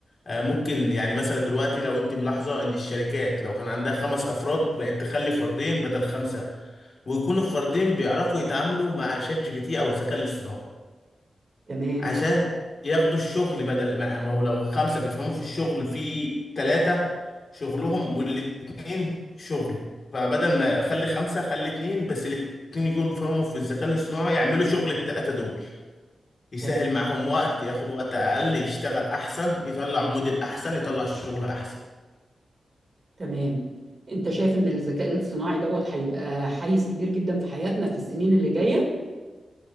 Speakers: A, on the left; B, on the right.
A: آه، ممكن يعني مثلا دلوقتي لو انت ملاحظة ان الشركات لو كان عندها خمس افراد بقت تخلي فردين بدل خمسة ويكونوا الفردين بيعرفوا يتعاملوا مع شات جي بي تي او الذكاء الاصطناعي
B: تمام
A: عشان ياخدوا الشغل بدل ما ما هو لو خمسة بيفهموا في الشغل في ثلاثة شغلهم والاتنين شغل فبدل ما خلي خمسة خلي اتنين بس الاتنين يكونوا بيفهموا في الذكاء الاصطناعي يعملوا شغل التلاتة دول يسهل
B: تمام
A: معاهم وقت ياخد وقت أقل يشتغل أحسن يطلع موديل أحسن يطلع شغل أحسن
B: تمام انت شايف ان الذكاء الصناعي دوت هيبقى حيز كبير جدا في حياتنا في السنين اللي جاية